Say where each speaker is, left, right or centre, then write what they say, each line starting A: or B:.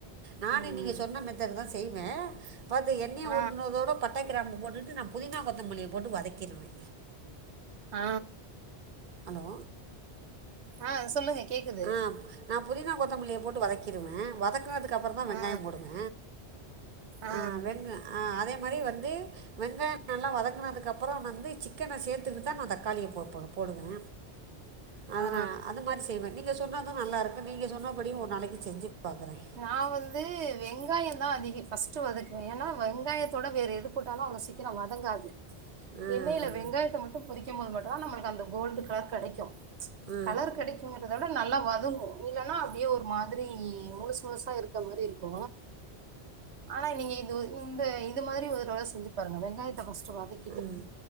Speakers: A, on the right; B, on the right.
A: நானு
B: ம்
A: நீங்க சொன்ன மெத்தடுதா செய்வே பத் எண்ணெய
B: ஆ
A: ஊத்துனதோட பட்டக் கிராம்பு போட்டுட்டு நா புதினா கொத்தமல்லிய போட்டு வதக்கிருவே
B: ஆ
A: அலோ
B: ஆ சொல்லுங்க கேக்குது
A: அ நா புதினா கொத்தமல்லிய போட்டு வதக்கிருவே வதக்குனதுக் துக்கப்பறொந் தா வெங்காயோ
B: ஆ
A: போடுவே
B: ஆ
A: அ வெங்க அ அதே மாரி வந்து வெங்காயெ நல்லா வதங்குனதுக்கு அப்பறோ வந்து சிக்கன சேத்துட்டு தா நா தக்காளிய போ பொ போடுவே அது
B: ஆ
A: நா அது மாரி செய்வே நீங்க சொன்னது நல்லா இருக்கு நீங்க சொன்னபடி ஒரு நாளக்கி செஞ்சு பாக்குறே
B: நா வந்து வெங்காயந் தா அதிக ஃபஸ்ட்டு வதக்குவே ஏன்னா வெங்காயத்தோட வேற எது போட்டாலு அவ்ளோ சீக்கரொ வதங்காது
A: ஆ
B: எண்ணெயில
A: ஆ
B: வெங்காயத்த மட்டு பொறிக்கும் போது மட்டுந்தா நம்மளுக்கு அந்த கோல்டு கலர் கெடைக்கு
A: ஆ
B: கலர் கெடைக்குங்கறத விட நல்லா வதங்கு இல்லன்னா அப்டியே ஒரு மாதுரி முழுசா முழுசா இருக்க மாரி இருக்கு ஆனா நீங்க இது இந்த இது மாரி ஒரு த்ரவ செஞ்சு பாருங்க வெங்காயத்த ஃபஸ்ட்டு வதக்
A: ம்